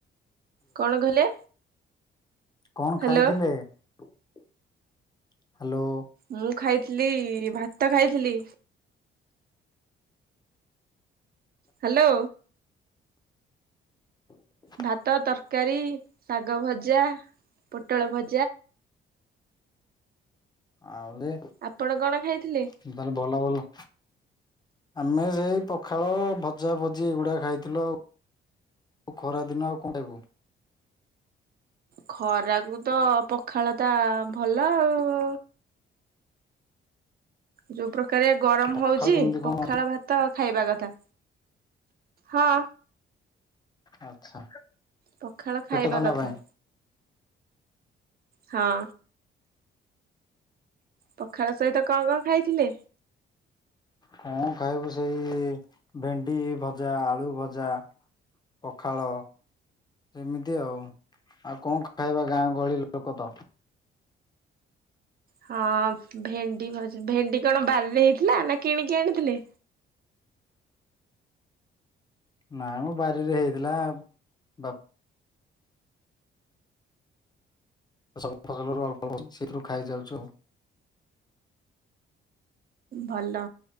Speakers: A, on the right; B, on the left.
A: କଣ କହିଲେ?
B: କଣ
A: ହାଲୋ
B: ଖାଇଥିଲେ ହ୍ୟାଲୋ।
A: ମୁଁ ଖାଇଥିଲି ଭାତ ଖାଇଥିଲି। ହ୍ୟାଲୋ।
B: ହ।
A: ଭାତ ତରକାରୀ ଶାଗ ଭଜା ପୋଟଳ ଭ
B: ଆହୁରି
A: ଆପଣ କଣ ଖାଇଥିଲେ?
B: ତାହେଲେ ଭଲ ଭଲ ଆମେ ସେଇ ପଖାଳ ଭଜା ଭଜି ଏଇଗୁଡା ଖାଇଥିଲୁ ଆଉ। ଖରା ଦିନ ଆଉ କଣଟା ଖାଇବୁ?
A: ଖରାକୁ ତ ପଖାଳଟା ଭଲ ଆଉ ଯୋଉ ପ୍ରକାରିଆ ଗରମ
B: ପଖାଳ
A: ହଉଛି
B: କେମିତି କଣ
A: ପଖାଳ ଭା ତ ଖାଇବା କଥା ହଁ।
B: ଆଚ୍ଛା।
A: ପଖାଳ ଖାଇବା
B: ପେଟ ଥଣ୍ଡା
A: କଥା।
B: ପାଇଁ
A: ହଁ। ପଖାଳ ସହିତ କଣ କଣ ଖାଇଥିଲେ?
B: କଣ ଖାଇବୁ ସେଇ ଭେଣ୍ଡି ଭଜା ଆଳୁ ଭଜା। ପଖାଳ। ଏମିତି ଆଉ ଆଉ କଣ ଖାଇବା ଗାଁ ଗହଳି ଲୋକ ତ?
A: ହଁ ଭେଣ୍ଡି ଭଜ ଭେଣ୍ଡି କଣ ବାରିରେ ହେଇଥିଲା ନା କିଣିକି ଆଣିଥିଲେ?
B: ନାଇଁ ମ ବାରିରେ ହେଇଥିଲା ବାପ ସବୁ ଫସଲରୁ ଅଳ୍ପ କରିଛି ସେଥିରୁ ଖାଇଚାଲିଛୁ।
A: ଭଲ